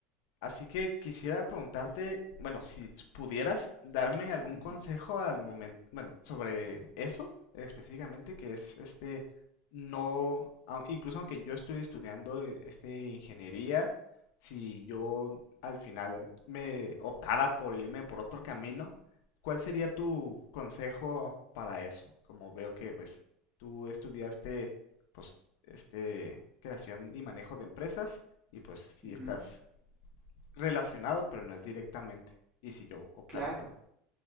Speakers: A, on the left (about 65°); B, on the right (about 30°).
A: Así que quisiera preguntarte, bueno, si s- pudieras darme algún
B: Ujú,
A: consejo al momento, bueno, sobre eso específicamente, que es este, no, au- incluso aunque yo estoy estudiando eh, este ingeniería, si yo al final eh, me optara por irme por otro camino, ¿cuál sería tu consejo para eso? Como veo que pues tú estudiaste pues este creación y manejo de empresas y pues si
B: ujú,
A: estás relacionado, pero no es directamente. Y si yo optara
B: Claro.
A: por...